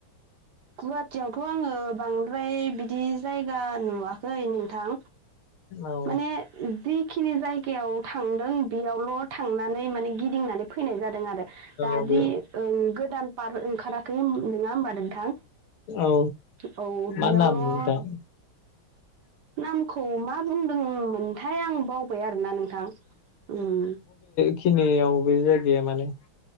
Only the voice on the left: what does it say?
औ
औ बे
औ
मा
नाम? <unintelligible>
खिनियाव बे जायगाया माने